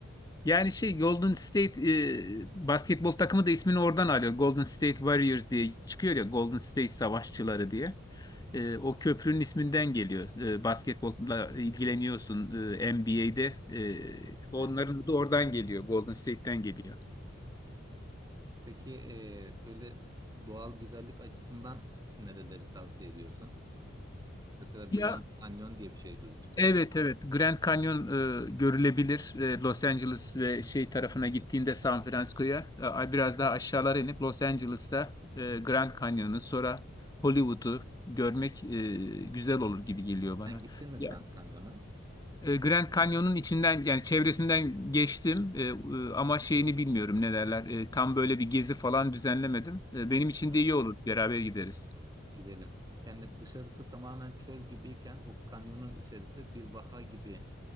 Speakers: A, on the left (about 20°); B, on the right (about 20°).
A: Yani şey Golden State e, basketbol takımı da ismini oradan alıyor. Golden State Warriors diye çıkıyor ya Golden State Savaşçıları diye. E, o köprünün isminden geliyor. E, basketbolla ilgileniyorsun e, NBA'de. E, onların
B: Evet.
A: da oradan geliyor. Golden State'ten geliyor.
B: Peki e, böyle doğal güzellik açısından nereleri tavsiye ediyorsun? Mesela Grand
A: Ya
B: Canyon diye bir şey duymuştum
A: Evet
B: ben.
A: evet Grand Canyon e, görülebilir E, Los Angeles ve şey tarafına gittiğinde San Francisco'ya e, biraz daha aşağılara inip Los Angeles'ta e, Grand Canyon'u sonra Hollywood'u görmek e, güzel olur gibi geliyor bana.
B: Sen gittin mi Grand
A: Yani
B: Canyon'a?
A: e, Grand Canyon'un içinden yani çevresinden geçtim E, e, ama şeyini bilmiyorum ne derler E, tam böyle bir gezi falan düzenlemedim. E, benim için
B: Evet,
A: de iyi olur beraber gideriz.
B: gidelim. Yani dışarısı tamamen çöl gibiyken o kanyonun içerisi bir vaha gibi